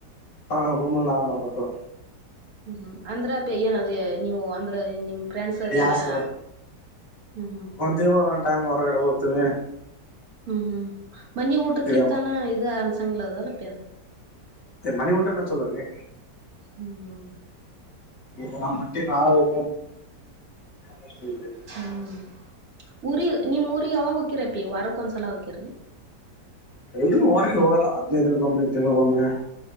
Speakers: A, on the left; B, on the right.
A: ಹಾ ರೂಮ್ ನಾ ಮಾಡ್ಬೇಕಂತ.
B: ಹ್ಮ್ ಹ್ಮ್ ಅಂದ್ರೆ ಅ ಪ ಏನದ ನೀವು ಅಂದ್ರ ನಿಮ. ಫ್ರೆಂಡ್ಸ್ ಅದೆ
A: ಗ್ಯಾಸ್
B: ಎಲ್ಲಾ ಹ್ಮ್ ಹ್ಮ್.
A: ನ ಟೈಮ್ ಹೊರಗಡೆ ಹೋಗ್ತೀವಿ.
B: ಹ್ಮ್ ಹ್ಮ್ ಮನಿ ಊಟಕ್ಕಿಂತಾನ
A: ಇದ
B: ಇ ಅನ್ಸಂಗ್ಲದಲ್ಲ ಪ್ಯದ.
A: ಮನಿ ಊಟಾ ಚೊಲೋ ರಿ.
B: ಹ್ಮ್ ಹ್ಮ್
A: ಈಗ ನಮ್ಮ್ ಬಟ್ಟಿ ನಾವ. <inaudible>
B: ಹ್ಮ್ ಊರಿ ನಿಮ್ ಊರಿಗೆ ಯಾವಾಗ ಹಕಿರ ಪಿ ವಾರಕ್ ಒಂದ್ಸಲ ಹಕಿರನಿ.
A: ಎಲ್ ಅವಿಗೆ ಹೋಗಲ್ಲ ಹದ್ನೈದು ದಿನಕ್ಕೊಮ್ಮೆ ತಿಂಳಗ ಒೊಮ್ಮೆ.